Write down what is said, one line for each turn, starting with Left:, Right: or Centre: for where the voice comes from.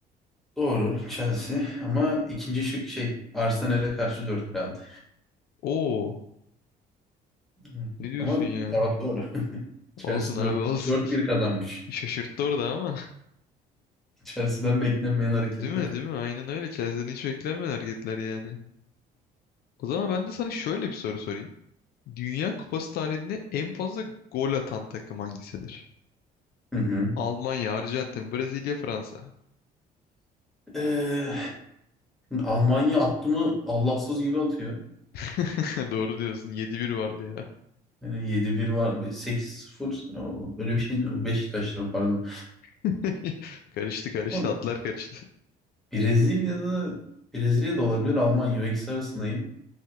Centre: Doğru Chelsea ama ikinci şık şey Arsenal'e karşı 4-1 aldı.
Left: Oo.
Centre: Hı.
Left: Ne diyorsun
Centre: Ama
Left: ya?
Centre: cevap doğru. <laughs> Chelsea
Left: Olsun abi
Centre: 4-1
Left: olsun.
Centre: 4-1 kazanmış.
Left: <laughs> Bir Şaşırttı orada ama.
Centre: Chelsea'den beklenmeyen hareketler.
Left: <laughs> Değil mi
Centre: <laughs>
Left: değil mi? Aynen öyle. Chelsea'den hiç beklenmeyen hareketler yani. O zaman ben de sana şöyle bir soru sorayım. Dünya Kupası tarihinde en fazla gol atan takım hangisidir?
Centre: Hı hı.
Left: Almanya, Arjantin, Brezilya, Fransa.
Centre: Ee, Almanya attı mı Allahsız gibi atıyor.
Left: <laughs> Doğru diyorsun. Yedi bir vardı ya.
Centre: Yani 7-1 var. sekiz sıfır, öyle bir şey mi? Beşiktaş'ta pardon.
Left: <laughs> Karıştı karıştı.
Centre: Ama
Left: Atlar karıştı.
Centre: Brezilya'da Brezilya'da olabilir Almanya. O ikisi arasındayım.